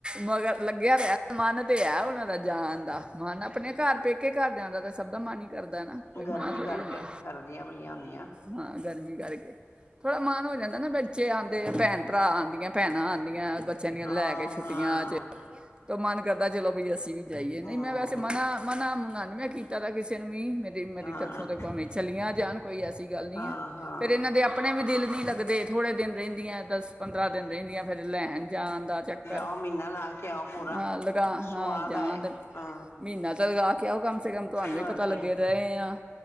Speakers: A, on the right; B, on the left.
A: ਮਗਰ ਲੱਗਿਆ ਤੇ ਹੈ, ਮਨ ਤੇ ਹੈ, ਉਹਨਾਂ ਦਾ ਜਾਨ ਦਾ ਮਨ ਆਪਨੇ ਘਰ ਪੇਕੇ ਘਰ ਜਾਂਨ ਦਾ ਤੇ ਸਭ ਦਾ ਮਨ ਈ ਕਰਦਾ ਨਾ ਕੋਈ ਮਨਾ
B: ਗਰਮੀ
A: ਥੋੜ੍ਹੀ
B: ਕਰਕੇ
A: ਹੁੰਦਾ,
B: ਕਰਦੀਆਂ ਪਈਆਂ ਹੁੰਦੀਆਂ
A: ਹਾਂ ਗਰਮੀ ਕਰਕੇ। ਮਨ ਹੋ ਜਾਂਦਾ ਨਾ ਬੱਚੇ ਆਂਦੇ ਆ, ਭੈਣ ਭਰਾ ਆਂਦੀਆਂ, ਭੈਣਾਂ ਆਂਦੀਆਂ। ਯਾ ਬੱਚਿਆਂ ਦੀਆਂ
B: ਹਾਂ
A: ਲੈ ਕੇ ਛੁੱਟੀਆਂ
B: ਹਾਂ
A: ਚ ਤ ਮਨ ਕਰਦਾ ਚਲੋ ਬਈ ਅਸੀਂ ਵੀ ਜਾਈਏ
B: ਹਮ
A: ਨਈ ਮੈਂ ਵੈਸੇ ਮਨਾ, ਮਨਾ <unintelligible> ਮੈਂ ਕੀਤਾ ਦਾ ਕਿਸੇ ਨੂੰ ਵੀ ਮੇ ਮੇਰੀ
B: ਹਾਂ
A: ਤਰਫੋਂ ਤੇ ਭਾਵੇਂ ਚਲੀਆਂ ਜਾਨ ਕੋਈ ਐਸੀ ਗੱਲ ਨੀ
B: ਹਾਂ
A: ਏ।
B: ਹਾਂ
A: ਫੇਰ ਇਹਨਾਂ ਦੇ ਆਪਨੇ ਵੀ ਨਈ ਲੱਗਦੇ ਥੋੜ੍ਹੇ ਦਿਨ ਰੇਂਦੀਆਂ ਦੱਸ ਪੰਦਰਾਂ ਦਿਨ ਰੇਂਦੀਆਂ ਫੇਰ ਲੈਨ ਜਾਨ ਦਾ ਚਕਰ,
B: ਜਾਓ ਮਹੀਨਾ ਲਾ ਕੇ ਆਓ ਪੂਰਾ
A: ਆਂ ਲਗਾ ਹ
B: ਸਵਾਦ
A: ਜਾ
B: ਆਏ
A: ਤੇ
B: ਹਾਂ
A: ਮਹੀਨਾ ਲਗਾ ਕੇ ਆਓ ਉਹ ਕੰਮ ਕਮ ਸੇ ਕਮ ਤੁਹਾਨੂੰ
B: ਹੋਰ
A: ਵੀ ਪਤਾ ਲੱਗੇ
B: ਕੀ
A: ਰਏ ਆਂ।